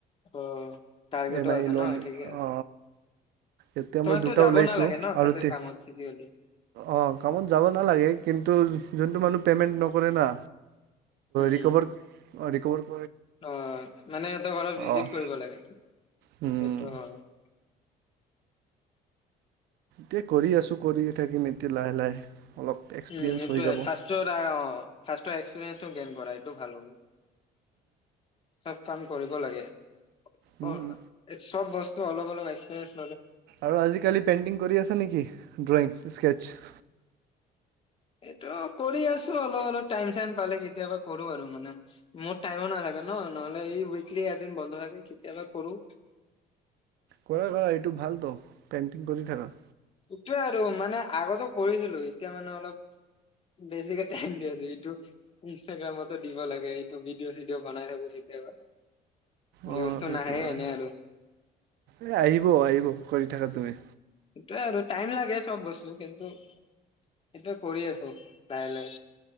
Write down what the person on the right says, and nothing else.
এম আই
লোন
অ এতিয়া
মই দুটা
ওলাইছো
আৰু
তি
অ কামত যাব নালাগে কিন্তু যোনটো মানুহ। <unintelligible> পে'মেণ্ট নকৰে না
ৰিকোভাৰ
<unintelligible> অ ৰিক <unintelligible>
অ
উম,
এতিয়া কৰি আছোঁ কৰিয়ে থাকিম এতিয়া লাহে লাহে <unintelligible> এক্সপিৰিয়েঞ্চ
হৈ যাব।
উম,
আৰু আজিকালি পেইণ্টিং কৰি আছা নেকি ড্ৰয়িং স্কেটচছ।
কৰা - কৰা এইটো ভাল তো পেণ্টিং কৰি থাকা।
অহ ', সেইটোয়
এ আহিব- আহিব কৰি থাকা তমে